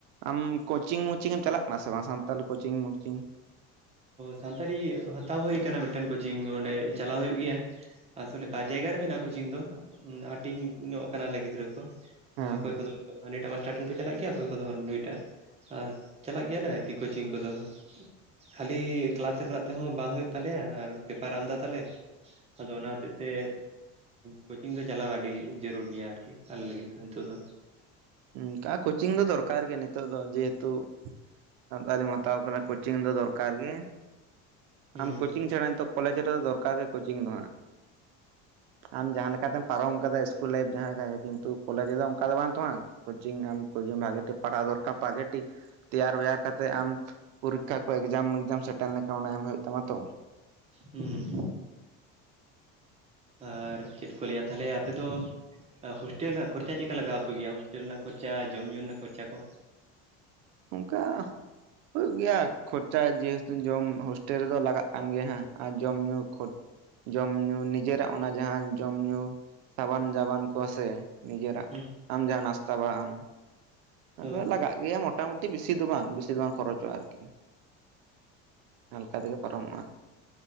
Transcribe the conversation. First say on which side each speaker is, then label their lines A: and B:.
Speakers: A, on the right; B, on the right.
A: ᱟᱢ ᱠᱳᱪᱤᱝᱼ ᱩᱪᱤᱝ ᱮᱢ ᱪᱟᱞᱟᱜ ᱠᱟᱱᱟ ᱥᱮ ᱵᱟᱝ ᱜᱮ ᱥᱟᱱᱛᱟᱞᱤ ᱠᱳᱪᱤᱝ ᱩᱪᱤᱝ
B: ᱥᱟᱱᱛᱟᱲᱤ ᱦᱟᱛᱟᱣ ᱦᱩᱭ ᱟᱠᱟᱱᱟ ᱢᱤᱫᱴᱮᱱ ᱠᱳᱪᱤᱝ ᱚᱸᱰᱮ ᱪᱟᱞᱟᱣ ᱦᱩᱭᱩᱜ ᱜᱮᱭᱟ ᱾ ᱟᱥᱚᱞᱮ ᱵᱟᱨ ᱡᱟᱭᱜᱟ ᱨᱮ ᱢᱮᱱᱟᱜᱼᱟ ᱠᱳᱪᱤᱝ ᱫᱚ ᱦᱟᱹᱴᱤᱧ ᱧᱚᱜ ᱠᱟᱱᱟᱞᱮ ᱜᱤᱫᱽᱨᱟᱹ ᱠᱚ
A: ᱦᱮᱸ
B: ᱚᱠᱚᱭ
A: ᱦᱮᱸ
B: ᱠᱚᱫᱚ ᱦᱟᱱᱤ ᱴᱟᱜ ᱵᱟᱭ ᱮᱴᱟᱜ ᱴᱷᱮᱱ ᱠᱚ ᱪᱟᱞᱟᱜ ᱜᱮᱭᱟ ᱚᱠᱚᱭ ᱠᱚᱫᱚ ᱱᱩᱭᱴᱟᱜ, ᱟᱨ ᱪᱟᱞᱟᱜ ᱜᱮᱭᱟ ᱞᱮ ᱟᱨ ᱠᱤ ᱠᱳᱪᱤᱝ ᱠᱚᱫᱚ ᱾ ᱠᱷᱟᱹᱞᱤ ᱠᱮᱞᱟᱥ ᱨᱮᱱᱟᱜ ᱛᱮᱦᱚᱸ ᱵᱟᱝ ᱦᱩᱭᱩᱜ ᱛᱟᱞᱮᱭᱟ ᱾ ᱟᱨ ᱯᱮᱯᱟᱨᱮ ᱟᱢᱫᱟ ᱛᱟᱞᱮ ᱟᱫᱚ ᱚᱱᱟ ᱦᱚᱛᱮ ᱛᱮ, ᱠᱳᱪᱤᱝ ᱫᱚ ᱪᱟᱞᱟᱣ ᱟᱹᱰᱤ ᱡᱟᱹᱨᱩᱲ ᱜᱮᱭᱟ, ᱟᱨ ᱠᱤ ᱟᱞᱮ ᱞᱟᱹᱜᱤᱫ ᱫᱚ ᱱᱤᱛᱚᱜ ᱫᱚ,
A: ᱚᱱᱠᱟ ᱠᱳᱪᱤᱝ ᱫᱚ ᱫᱚᱨᱠᱟᱨ ᱜᱮᱭᱟ ᱱᱤᱛᱚᱜ ᱫᱚ ᱡᱮᱦᱮᱛᱩ ᱥᱟᱱᱛᱟᱞᱤᱢ ᱦᱟᱛᱟᱣ ᱠᱟᱱᱟ ᱠᱳᱪᱤᱝ ᱫᱚ ᱫᱚᱨᱠᱟᱨ ᱜᱮᱭᱟ,
B: ᱦᱩᱸ
A: ᱟᱢ ᱠᱳᱪᱤᱝ ᱪᱷᱟᱲᱟ ᱱᱤᱛᱚᱵ ᱠᱚᱞᱮᱡᱽ ᱨᱮᱫᱚ ᱫᱚᱨᱠᱟᱨ ᱜᱮ ᱠᱳᱪᱤᱝ ᱫᱚ ᱦᱟᱸᱜ, ᱟᱢ ᱡᱟᱦᱟᱸ ᱞᱮᱠᱟᱛᱮᱢ ᱯᱟᱨᱚᱢ ᱠᱟᱫᱟ ᱤᱥᱠᱩᱞ ᱞᱟᱭᱤᱯ ᱡᱟᱦᱟᱸ ᱠᱟᱜᱮ ᱠᱤᱱᱛᱩ ᱠᱚᱞᱮᱡᱽ ᱨᱮᱫᱚ ᱚᱱᱠᱟ ᱫᱚ ᱵᱟᱝ ᱛᱚ ᱵᱟᱝᱟ ᱾ ᱠᱳᱪᱤᱝ ᱟᱢ ᱠᱳᱪᱤᱝ ᱵᱷᱟᱜᱤ ᱴᱷᱤᱠ ᱯᱟᱲᱦᱟᱣ ᱫᱚᱨᱠᱟᱨ ᱜᱮ ᱛᱮᱭᱟᱨ ᱵᱮᱭᱟᱨ ᱠᱟᱛᱮ ᱟᱢ ᱯᱚᱨᱤᱠᱠᱷᱟ ᱠᱚ ᱮᱜᱡᱟᱢ ᱩᱜᱡᱟᱢ ᱥᱮᱴᱮᱨ ᱞᱮᱱᱠᱷᱟᱱ ᱚᱱᱟ ᱮᱢ ᱦᱩᱭᱩᱜ ᱛᱟᱢᱟ ᱛᱚ ᱾
B: ᱦᱩᱸ, ᱟᱨ ᱪᱮᱫ ᱠᱚ ᱞᱟᱹᱭᱟ ᱛᱟᱦᱚᱞᱮ ᱟᱯᱮ ᱫᱚ ᱦᱳᱥᱴᱮᱞ ᱨᱮᱱᱟᱜ ᱠᱷᱚᱨᱪᱟ ᱪᱮᱫᱠᱟ ᱞᱟᱜᱟᱣᱟᱯᱮ ᱜᱮᱭᱟ, ᱦᱳᱥᱴᱮᱞ ᱨᱮᱱᱟᱜ ᱠᱷᱚᱨᱪᱟ, ᱡᱚᱢ ᱧᱩ ᱨᱮᱱᱟᱜ ᱠᱷᱚᱨᱪᱟ ᱠᱚ?
A: ᱚᱱᱠᱟ ᱦᱩᱭᱩᱜ ᱜᱮᱭᱟ ᱠᱷᱚᱨᱪᱟ ᱡᱮᱦᱮᱛᱩ ᱡᱚᱢ ᱦᱳᱥᱴᱮᱞ ᱨᱮᱫᱚ ᱞᱟᱜᱟᱜ ᱠᱟᱱ ᱜᱮᱭᱟ ᱦᱟᱜ, ᱟᱨ ᱡᱚᱢ ᱧᱩ ᱡᱚᱢ ᱧᱩ ᱱᱤᱡᱮᱨᱟᱜ ᱚᱱᱟ ᱡᱟᱦᱟᱸ ᱡᱚᱢ ᱧᱩ ᱥᱟᱵᱟᱱ ᱫᱟᱵᱟᱱ ᱠᱚ ᱥᱮ ᱱᱤᱡᱮᱨᱟᱜ
B: ᱦᱮᱸ
A: ᱟᱢ ᱡᱟᱦᱟᱸ ᱱᱟᱥᱛᱟ ᱵᱟᱲᱟᱜ ᱟᱢ ᱚᱱᱟ
B: ᱦᱳᱭ
A: ᱠᱚ ᱞᱟᱜᱟᱜ ᱜᱮᱭᱟ ᱢᱚᱴᱟᱢᱩᱴᱤ ᱵᱮᱥᱤ ᱫᱚ ᱵᱟᱝ ᱵᱮᱥᱤ ᱫᱚ ᱵᱟᱝ ᱠᱷᱚᱨᱚᱪᱚᱜᱼᱟ ᱟᱨ ᱠᱤ ᱾ ᱦᱟᱞᱠᱟ ᱛᱮᱜᱮ ᱯᱟᱨᱚᱢᱚᱜᱼᱟ,